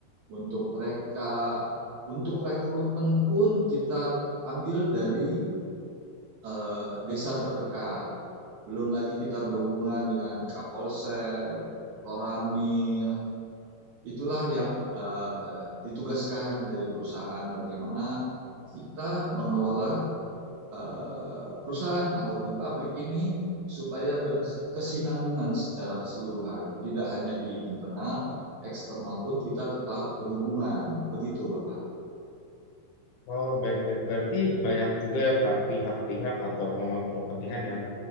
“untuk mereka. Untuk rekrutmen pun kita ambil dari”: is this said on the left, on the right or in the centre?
Right